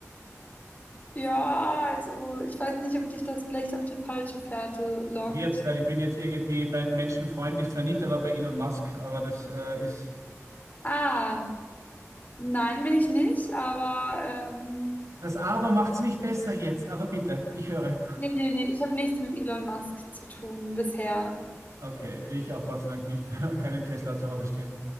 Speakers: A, on the left; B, on the right.
A: Ja, also ich weiß nicht, ob dich das vielleicht auf die falsche Fährte lockt.
B: Wird's, weil ich bin jetzt irgendwie bei menschenfreundlich zwar nicht, aber bei Elon Musk, aber das äh, ist.
A: Ah, nein, bin ich nicht, aber ähm,
B: Das Aber macht's nicht besser jetzt, aber bitte, ich höre.
A: nee, nee, nee, ich habe nichts mit Elon Musk zu tun bisher.
B: Okay, ich auch Gott sei Dank nicht. <laughs> Keinen Tesla zu Hause stehen.